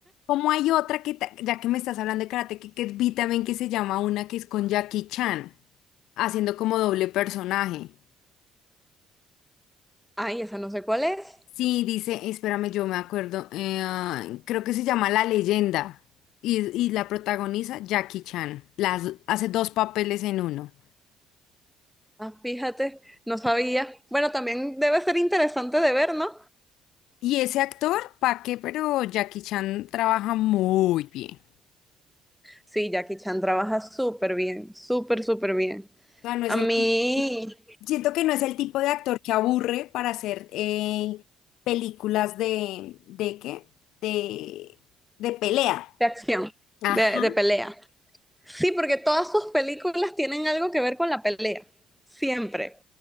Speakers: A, on the left; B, in the centre.
A: ¿cómo hay otra que, ta- ya que me estás hablando de karate, que, que vi también que se llama una que es con Jackie Chan, haciendo como doble personaje.
B: Ay, esa no sé cuál es.
A: Sí, dice, espérame, yo me acuerdo, eh, ah, creo que se llama La Leyenda y, y la protagoniza Jackie Chan. Las, hace dos papeles en uno.
B: Ah, fíjate, no sabía. Bueno, también debe ser interesante de ver, ¿no?
A: Y ese actor, ¿pa' qué? Pero Jackie Chan trabaja muy bien.
B: Sí, Jackie Chan trabaja súper bien, súper, súper bien.
A: O sea, no es
B: A
A: el,
B: mí,
A: ti- Siento que no es el tipo de actor que aburre para hacer eh, películas de, ¿de qué? De, de pelea.
B: de acción,
A: Ajá.
B: de, de pelea. Sí, porque todas sus películas tienen algo que ver con la pelea, siempre.